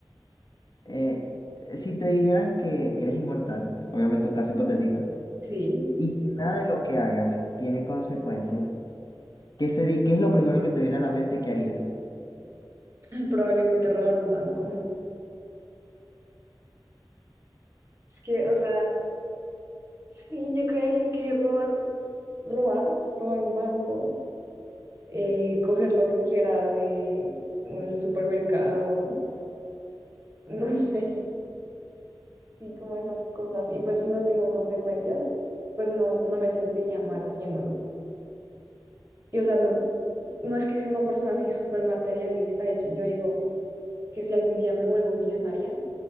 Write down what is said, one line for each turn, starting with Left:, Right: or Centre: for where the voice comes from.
Left: Eh, si te dijeran que eres inmortal, obviamente un caso hipotético,
Right: Sí,
Left: y que nada de lo que hagas tiene consecuencias, ¿qué sería, qué es lo primero que te viene a la mente que harías?
Right: <laughs> probablemente robar un banco. Es que, o sea, sí, yo creería que robar, robar, robar un banco, eh, coger lo que quiera de mm, el supermercado, <laughs> no sé, sí, como esas cosas. Y pues si no tengo consecuencias, pues no, no me sentiría mal haciéndolo. Y o sea, no, No es que sea una persona así súper materialista, de hecho, yo digo que si algún día me vuelvo millonaria,